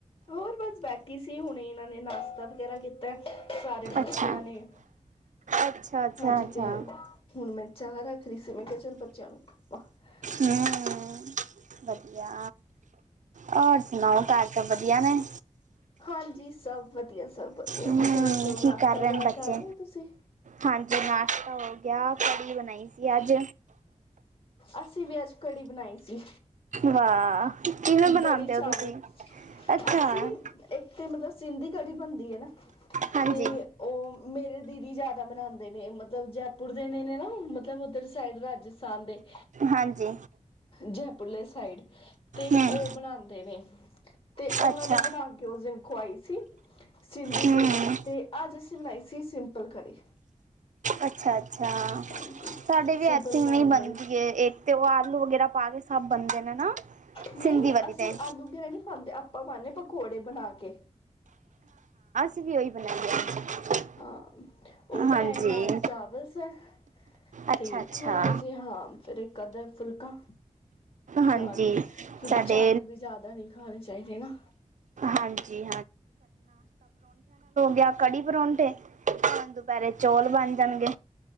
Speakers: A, on the left; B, on the right.
A: ਹੋਰ ਬਸ ਬੈਠੀ ਸੀ ਹੁਣੇ ਇਹਨਾਂ ਨੇ ਨਾਸ਼ਤਾ ਵਗੈਰਾ ਕੀਤਾ ਐ ਸਾਰੇ ਬੱਚਿਆਂ
B: ਅੱਛਾ
A: ਨੇ।
B: ਅੱਛਾ ਅੱਛਾ
A: ਹਾਂਜੀ
B: ਅੱਛਾ
A: ਤੇ ਹੁਣ ਮੈਂ ਚਾਹ ਰੱਖ ਰਹੀਂ ਸੀ ਮੈਂ ਕਿਹਾ ਚੱਲ ਬੱਚਿਆਂ ਨੂੰ ਹਾਂਜੀ
B: ਹਮ ਵਦੀਆ। ਹੋਰ ਸੁਣਾਓ ਘਰ ਸਭ ਵਧੀਆ ਨੇ?
A: ਹਾਂਜੀ ਸ ਸਭ ਵਧੀਆ। ਸਭ ਵਧੀਆ
B: ਹਮ
A: ਤੁਸੀਂ ਦੱਸੋ ਨਾਸ਼ਤਾ
B: ਕੀ ਕਰ ਰਹੇ
A: ਵਗੈਰਾ
B: ਨੇ ਬੱਚੇ
A: ਕਰ ਲਿਆ ਤੁਸੀਂ
B: ਹਾਂਜੀ ਨਾਸ਼ਤਾ ਹੋ ਗਿਆ ਕੜੀ ਬਣਾਈ। ਅੱਜ।
A: ਅੱਸੀਂ ਵੀ ਅੱਜ ਕੜੀ ਬਣਾਈ ਸੀ।
B: ਵਾਹ ਕਿਵੇਂ ਬਣਾਉਂਦੇ
A: ਕੜੀ ਚਾਵਲ
B: ਹੋ ਤੁਸੀਂ ਅੱਛਾ
A: ਅਸੀਂ ਇੱਕ ਤੇ ਮਤਲਬ ਸਿੰਧੀ ਕੜੀ ਬਣਦੀ ਹੈ ਨਾ
B: ਹਾਂਜੀ
A: ਤੇ ਉਹ ਮੇਰ ਦੀਦੀ ਜ਼ਿਆਦਾ ਬਨਾਉਂਦੇ ਨੇ ਮਤਲਬ ਜੈਪੁਰ ਦੇ ਨੇ ਨੇ ਨਾ ਮਤਲਬ ਉੱਧਰ ਸਾਈਡ ਰਾਜਸ ਸਾਂਦੇ।
B: ਹਾਂਜੀ
A: ਜੈਪੁਰਲੇ ਸਾਈਡ ਤੇ
B: ਹਮ
A: ਉਹ ਬਣਾਨਦੇ ਨੇ ਤੇ ਉਹਨਾ
B: ਅੱਛਾ
A: ਨੇ ਬਣਾ ਕੇ ਉਸ ਦਿਨ ਖਆਈ ਸੀ ਸਿੰਧੀ
B: ਹਮ
A: ਕੜੀ ਤੇ ਅੱਜ ਅਸੀਂ ਬਣਾਈ ਸੀ ਸਿੰਪਲ ਕੜੀ।
B: ਅੱਛਾ ਅੱਛਾ
A: ਹਾਂਜੀ
B: ਸਾਡੇ ਵੀ
A: ਸਿੰਪਲ
B: ਐਥੇ ਇਵੇਂ
A: ਨੋਰਮਲ
B: ਹੀ ਬਣਦੀ ਹੈ ਇੱਕ ਤੇ ਉਹ <unintelligible> ਆਲੂ ਵਗੈਰਾ ਪਾ ਕੇ ਸਭ ਬਣਦੇ ਨੇ ਨਾ।
A: ਨਹੀਂ
B: ਸਿੰਧੀ
A: ਨਹੀਂ
B: ਵਾਲੀ
A: ਅਸੀਂ
B: ਤੇ
A: ਆਲੂ ਗੈਰਾ ਨਹੀਂ ਖਾਂਦੇ ਆਪਾਂ ਪਾਂਦੇ ਪਕੌੜੇ ਬਣਾ ਕੇ।
B: ਅਸੀ ਵੀ ਉਹਹੀ ਬਣਾਈ ਏ ਅੱਜ।
A: ਹਾਂ ਉਹ ਬਣਾਏ
B: ਹਾਂਜੀ
A: ਨਾਲ ਚਾਵਲ ਸੇ
B: ਅੱਛਾ
A: ਤੇ
B: ਅੱਛਾ
A: ਥੋੜੇ ਜੇ ਹਾਂ ਫਿਰ ਇੱਕ ਅਧਾ ਫੁਲਕਾ।
B: ਹਾਂਜੀ
A: ਨਾਲ ਕਿਉਂਕਿ
B: ਸਾਡੇ
A: ਚਾਵਲ ਵੀ ਜ਼ਿਆਦਾ ਨਹੀਂ ਖਾਣੇ ਚਾਹੀਦੇ ਨਾ।
B: ਹਾਂਜੀ ਯਾਂ ਕੜੀ ਪਰੋਂਠੇ। ਹੁਨ ਦੁਪਿਹਰੇ ਰੇ ਚੌਲ ਬਣ ਜਾਣਗੇ।